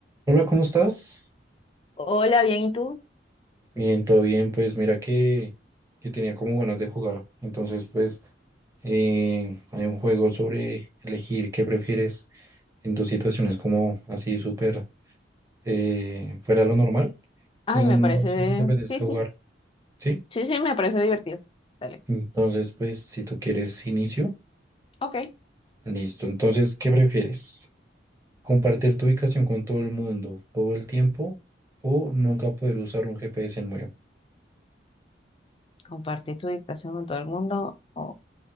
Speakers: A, on the right; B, on the left.
A: Hola, ¿cómo estás?
B: Hola, bien, ¿y tú?
A: Bien, todo bien. Pues mira que, que tenía como ganas de jugar. Entonces, pues eh, hay un juego sobre elegir qué prefieres en tus situaciones como así súper eh, fuera de lo normal. Entonces,
B: Ay, me
A: no
B: parece,
A: sé si te apetezca
B: sí, sí,
A: jugar, ¿sí?
B: sí, sí, me parece divertido. Dale.
A: Entonces, pues si tú quieres inicio,
B: Ok,
A: listo. Entonces, ¿qué prefieres? ¿Compartir tu ubicación con todo el mundo todo el tiempo o nunca poder usar un GPS nuevo?
B: compartir tu distracción con todo el mundo. o,